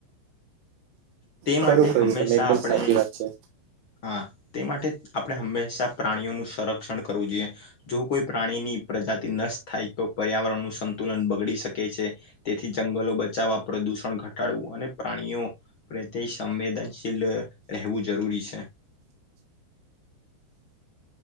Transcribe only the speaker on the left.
તે
માટે હંમેશા
આપણે
હા તે માટે આપણે હંમેશા પ્રાણીઓનું સંરક્ષણ કરવું જોઈએ. જો કોઈ પ્રાણીની પ્રજાતિ નષ્ટ થાય તો પર્યાવરણનું સંતુલન બગડી શકે છે. તેથી જંગલો બચાવવા, પ્રદુષણ ઘટાડવું અને પ્રાણીઓ પ્રત્યે સંવેદનશીલ રહેવું જરૂરી છે.